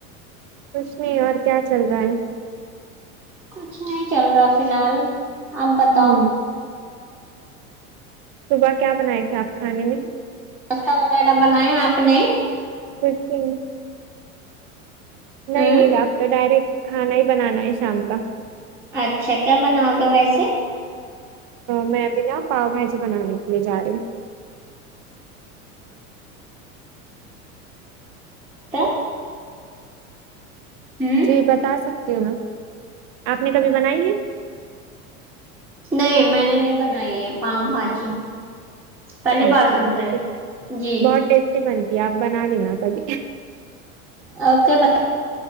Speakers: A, on the right; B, in the centre.
A: کچھ نہیں اور کیا چل رہا ہے
B: کچھ نہیں چل رہا فی الحال آپ بتاؤ
A: ہوں صبح کیا بنائے تھے آپ کھانے میں
B: ناستہ وغیرہ بنایا آپ نے
A: <unintelligible> بھی نہیں
B: ہ
A: اب تو ڈائریکٹ کھانا ہی بنانا ہے شام کا
B: اچھا کیا بناؤگے ویسے
A: میں ابھی نا پاؤ بھاجی بنانے کے لیے جا رہی ہوں
B: تو ہ
A: جی بتا سکتی ہو نا آپ نے کبھی بنائی ہے
B: نہیں میں نے نہیں بنائی ہے پاؤ بھاجی پہلی
A: اچھا
B: بار سن
A: تو
B: رہی
A: پھر
B: ہو جی
A: بہت ٹیسٹی بنتی ہے آپ بنا لینا کبھی
B: اوکے بتا